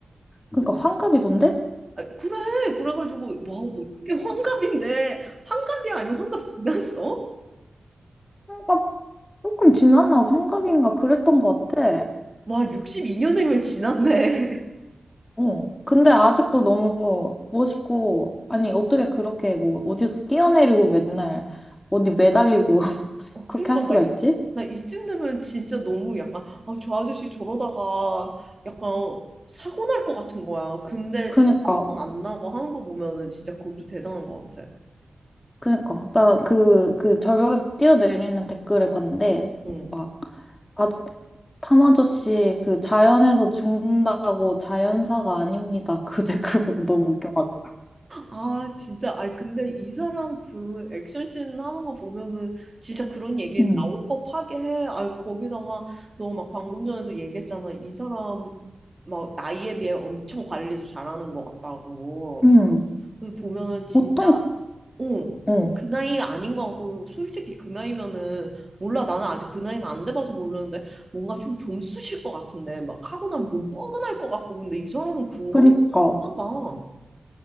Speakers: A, on the left; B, on the right.
A: 그니까 환갑이던데?
B: 아, 그래. 그래가지고 와 어떻게 환갑인데 환갑이 아니고 환갑 지났어?
A: 환갑 조금 지났나? 환갑인가? 그랬던 것 같아.
B: 와 62년생이면 지났네.
A: 어. 근데 아직도 너무 멋있고, 아니, 어떻게 그렇게 뭐 어디서 뛰어내리고 맨날 어디 매달리고 <laughs>
B: 어,
A: 그렇게
B: 그러니까
A: 할 수가
B: 나,
A: 있지?
B: 나 이쯤 되면 진짜 너무 약간 아, 저 아저씨 저러다가 약간 사고 날 것 같은 거야. 근데
A: 그니까,
B: 사고 한번 안 나고 하는 거 보면은 진짜 그것도 대단한 것 같아.
A: 그니까. 나 그, 그 절벽에서 뛰어내리는 댓글을 봤는데,
B: 응.
A: 막, 아, 탐 아저씨 그 자연에서 죽는다고 자연사가 아닙니다. <laughs> 그 댓글 보고 너무 웃겨가지고.
B: 아 진짜 아 근데 이 사람 그 액션씬 하는 거 보면은 진짜 그런 얘기
A: 응,
B: 나올 법하게 해. 아 거기다가 너 막 방금 전에도 얘기했잖아. 이 사람 막 나이에 비해 엄청 관리도 잘하는 것 같다고.
A: 응.
B: 그래서 보면은 진짜
A: 보통,
B: 어,
A: 어.
B: 그 나이 아닌 것 같고, 솔직히 그 나이면은, 몰라, 나는 아직 그 나이가 안 돼봐서 모르는데, 뭔가 좀 좀쑤실 것 같은데, 막 하고 나면 몸 뻐근할 것 같고, 근데 이 사람은 그런
A: 그니까.
B: 거 없나 봐.